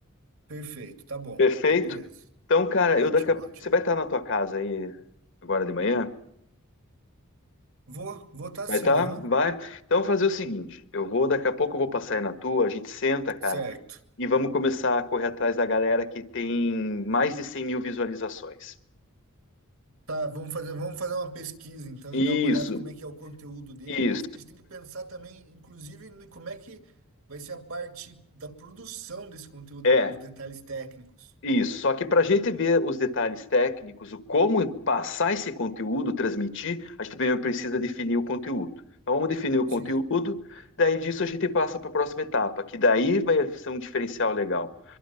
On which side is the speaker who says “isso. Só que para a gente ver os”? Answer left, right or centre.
Left